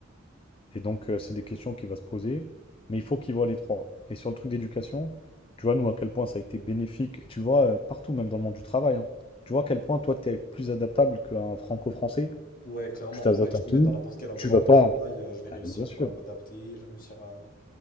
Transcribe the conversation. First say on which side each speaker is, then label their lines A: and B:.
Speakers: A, on the left (about 25°); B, on the left (about 45°).
A: Et donc, euh, c'est des questions qu'il va se poser, mais il faut qu'il voit les trois. Et sur le truc d'éducation, tu vois, nous, à quel point ça a été bénéfique, et tu le vois euh, partout, même dans le monde du travail, hein. Tu vois à quel point toi, tu es plus adaptable qu'un franco-français.
B: ouais, clairement,
A: Tu t'adaptes
B: c'est vrai que
A: à
B: je
A: tout,
B: peux me mettre dans n'importe quel environnement
A: tu vas pas.
B: de travail, euh, je vais réussir
A: Ah, Bien sûr.
B: quoi, à m'adapter, je vais réussir à.